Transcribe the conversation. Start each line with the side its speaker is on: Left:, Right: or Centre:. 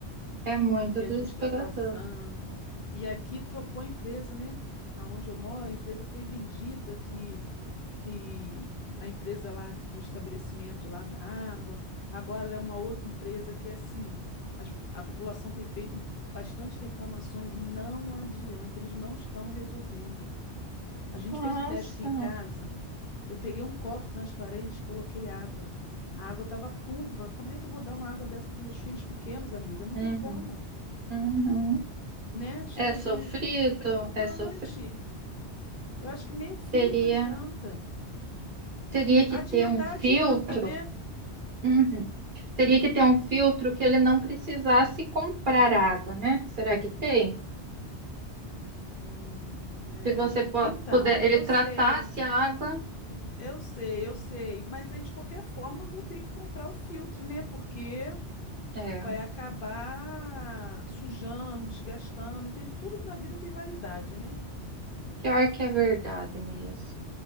Right: é muito
Left: O que
Right: desesperador.
Left: a gente está passando. E aqui trocou a empresa, né? Aonde eu moro, a empresa foi vendida, que, que a empresa lá do estabelecimento lá da água, agora é uma outra empresa que é assim. as- A população tem feito bastante reclamações e não adianta, eles não estão resolvendo. A gente
Right: Nossa.
Left: fez o teste aqui em casa, eu peguei um copo transparente, coloquei água. A água estava turva. Como é que eu vou dar uma água dessa para meus filhos pequenos, amiga? Não
Right: Uhum,
Left: tem como,
Right: uhum.
Left: né? Chega
Right: É
Left: assim,
Right: sofrido,
Left: é preocupante.
Right: é sofrido.
Left: Eu acho que nem o filtro
Right: Teria,
Left: adianta.
Right: teria
Left: E
Right: que
Left: adiantar
Right: ter um filtro.
Left: adianta, né?
Right: Uhum. Teria que ter um filtro que ele não precisasse comprar água, né? Será que tem?
Left: Hum, é.
Right: Se você po-
Left: Então,
Right: puder, ele
Left: eu
Right: tratasse
Left: sei,
Right: a água.
Left: eu sei, eu sei, mas aí de qualquer forma eu vou ter que comprar o filtro, né? Porque
Right: É,
Left: vai acabar sujando, desgastando, e tem, tudo na vida tem variedade, né?
Right: pior que é verdade mesmo.